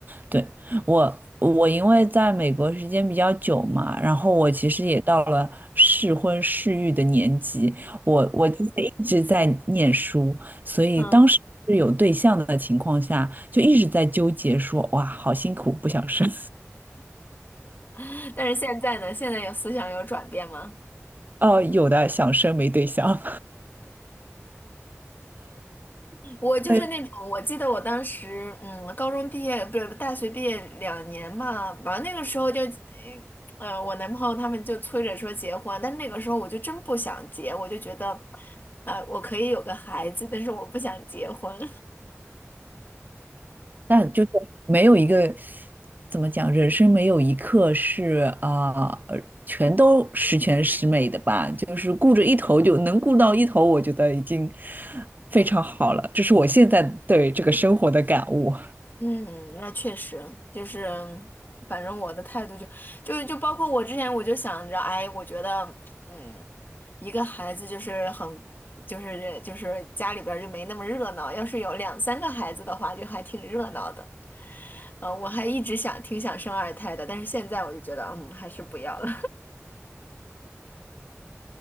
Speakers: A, on the right; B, on the left.
A: 对，我，我因为在美国时间比较久嘛，然后我其实也到了适婚适育的年纪，我我之前一直在念书，所以当时是有对象的情况下，
B: 嗯。
A: 就一直在纠结说，哇，好辛苦，不想生。
B: <laughs> 但是现在呢，现在有思想有转变吗？
A: 哦，有的想生没对象，<laughs>
B: 我就是那种，
A: 对，
B: 我记得我当时，嗯，高中毕业不是大学毕业两年嘛，完了那个时候就，呃，我男朋友他们就催着说结婚，但那个时候我就真不想结，我就觉得，呃，我可以有个孩子，但是我不想结婚。
A: 但就是没有一个怎么讲，人生没有一刻是啊、呃全都十全十美的吧。就是顾着一头就能顾到一头，我觉得已经非常好了。这是我现在对这个生活的感悟
B: 嗯，那确实就是，反正我的态度就就就包括我之前我就想着，哎，我觉得，嗯，一个孩子就是很就是就是家里边儿就没那么热闹，要是有两三个孩子的话，就还挺热闹的。呃，我还一直想挺想生二胎的，但是现在我就觉得，嗯，还是不要了，